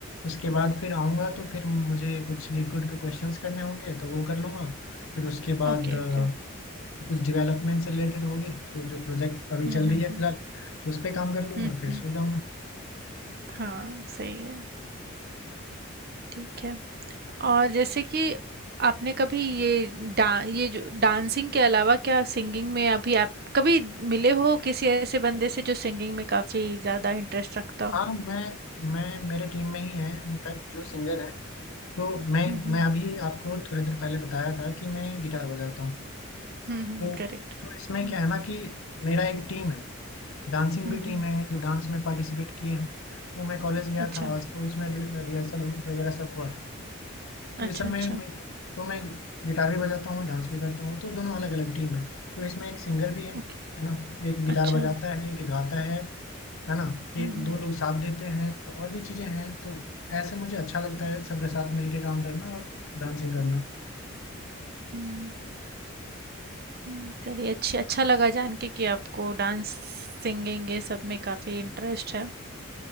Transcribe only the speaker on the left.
उसके बाद फिर आऊँगा तो फिर मुझे कुछ लिक्विड के क्वेश्चंस करने होंगे तो वो कर लूँगा फिर उसके बाद
अ,
कुछ डेवलपमेंट से रिलेटेड होगी तो जो प्रोजेक्ट अभी
चल
रही है
फिलहाल उस पर काम कर लूँगा
फिर
सो जाऊँगा
हाँ मैं मैं मेरे टीम में ही है इनफैक्ट जो सिंगर है तो मैं
मैं अभी आपको थोड़ी देर पहले बताया था कि मैं गिटार बजाता हूँ
तो
तो इसमें
क्या है ना कि मेरा एक टीम है डांसिंग
भी टीम
है जो डांस में पार्टिसिपेट किए हैं तो मैं कॉलेज गया
था आज तो उसमें रिहर्सल वगैरह सब हुआ था
तो इस सब में
मैं तो मैं गिटार भी बजाता हूँ डांस भी करता हूँ तो दोनों अलग अलग टीम है तो इसमें एक सिंगर भी है है
ना एक गिटार
बजाता है एक गाता है है ना
एक
दो लोग साथ देते हैं तो और भी चीजें हैं तो ऐसे मुझे अच्छा लगता है सबके साथ मिलके काम करना और डांसिंग करना